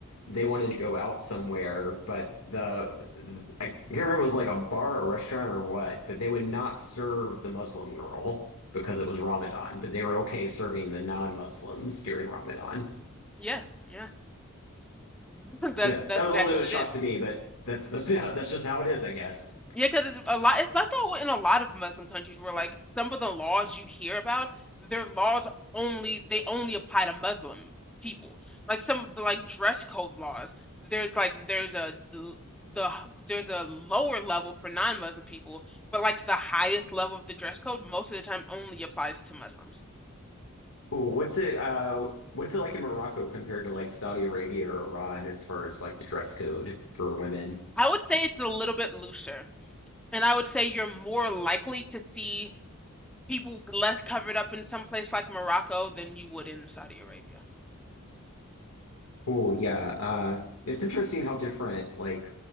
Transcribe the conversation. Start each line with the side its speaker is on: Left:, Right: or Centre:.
Left: they wanted to go out somewhere, but the, the- I can't remember if it was like a bar or restaurant or what, but they would not serve the Muslim girl because it was Ramadan, but they were okay serving the non-Muslims during Ramadan.
Centre: Yeah, yeah. <laughs> That's
Left: Yeah,
Centre: that's
Left: that was
Centre: exactly
Left: a little bit
Centre: what
Left: of a
Centre: it
Left: shock
Centre: is.
Left: to me, but that's, that's, <laughs> yeah, that's just how it is, I guess.
Centre: Yeah, because a lot, it's like that in a lot of Muslim countries where like some of the laws you hear about, their laws only they only apply to Muslim people. Like some of the like dress code laws, there's like there's a l- the h- there's a lower level for non-Muslim people, but like the highest level of the dress code most of the time only applies to Muslims.
Left: Ooh, what's it uh what's it like in Morocco compared to like Saudi Arabia or Iran as far as like the dress code for women?
Centre: I would say it's a little bit looser, and I would say you're more likely to see people less covered up in some place like Morocco than you would in Saudi Arabia.
Left: Cool, yeah. Uh it's interesting how different like